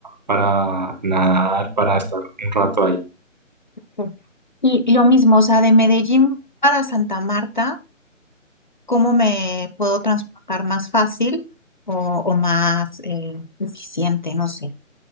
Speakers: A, on the right; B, on the left.
A: para nadar, para estar un rato ahí.
B: Sí. Y lo mismo, o sea, de Medellín para Santa Marta, ¿cómo me puedo transportar más fácil o, o más eh, eficiente? No sé.